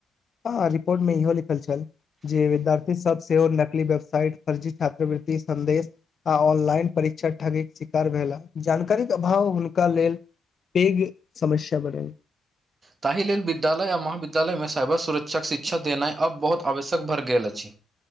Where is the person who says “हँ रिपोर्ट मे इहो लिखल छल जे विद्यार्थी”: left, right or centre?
Left